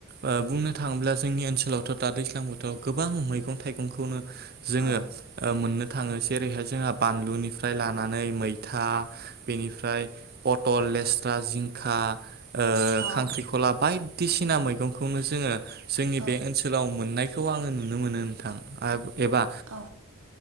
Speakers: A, on the right; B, on the right.
A: ओ बुंनो थाङोब्ला जोंनि ओनसोलावथ' दा दैज्लां बोथोराव गोबां मैगं थाइगंखौनो। जोङो
B: औ
A: ओ मोननो। थाङो जेरैहाय जोंहा बानलुनिफ्राय लानानै मैथा बेनिफ्राय पटल लेस्रा जिंखा। ओ
B: औ
A: खांख्रिखला बाय सिना मैगंखौनो जोङो। जोंनि
B: औ
A: बे ओनसोलाव मोननाय। बेखौ आङो नुनो मोनो नोंथां आ एबा।
B: औ